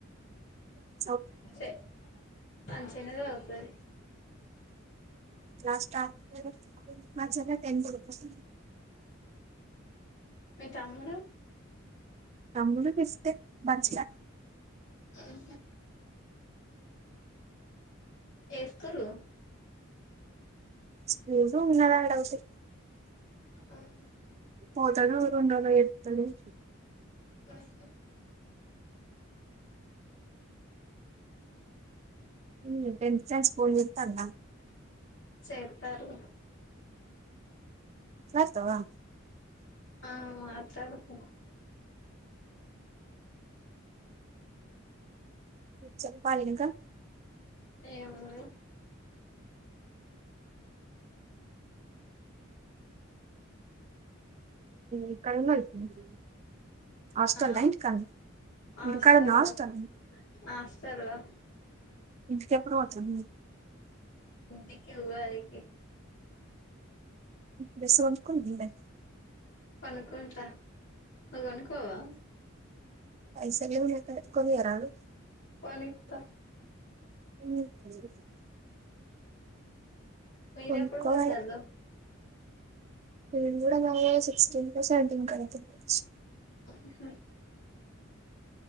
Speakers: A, on the right; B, on the left.
A: ఆహ
B: చె మంచిగనెచదువుతది
A: నా స్టాప్ మా చెల్లె టెంత్ స్
B: మీ తమ్ముడు
A: తమ్ముడు బెస్ట్. మంచిగ
B: అహా ఏ స్కూలు
A: స్కూలు ఉన్నదానే డౌటు
B: <inaudible>
A: పోతాడో ఉంటాడో ఏది తెలీదు
B: <inaudible>
A: ఇ టెన్త్ ఛాయిస్ పోయోత్తన్న
B: చేతారు
A: నత్తవా
B: ఆ మాట్లాడుకొను
A: చెప్పాలి ఇంకా
B: ఇంకా ఏముంది
A: ఎక్కడున్నావ్ ఇప్పుడు నువ్వు హాస్టల్
B: ఆ
A: నా ఇంటికాడనా
B: హాస్టల్లో
A: ఇంటికాడ ఉన్నావా హాస్టల్ నా
B: హాస్టల్లో
A: ఇంటికెప్పుడు పోతుంది మీ
B: ఇంటికి ఉగాదికి
A: డ్రెస్ కొనుక్కున్నది
B: కొనుకుంటా నువ్వు కొనుకోవా
A: పైసలు నాకాడ కొనియరాదు
B: కొనిత్తా
A: అ
B: పైరప్పుడు
A: కొనుక్కోవాలే
B: పోతాళ్ళు
A: నేను కూడా కొనలే సిక్స్టీన్ కో సెవెన్ టీన్ కో కొంట కావచ్చు
B: స